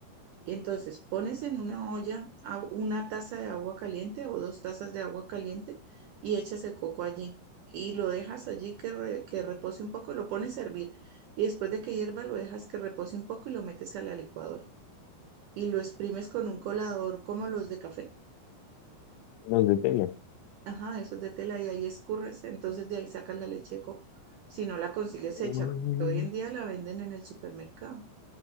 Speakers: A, on the right (about 85°); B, on the left (about 90°).
A: Entonces, pones en una olla a- una taza de agua caliente o dos tazas de agua caliente y echas el coco allí y lo dejas allí que, re- que repose un poco, lo pones a hervir y después de que hierva lo dejas que repose un poco y lo metes a la licuadora y lo exprimes con un colador como los de café.
B: Los de tela
A: Ajá, esos de tela y ahí escurres, entonces de ahí sacas la leche de coco. Si no la consigues
B: Mm,
A: hecha, porque hoy en día la venden en el supermercado.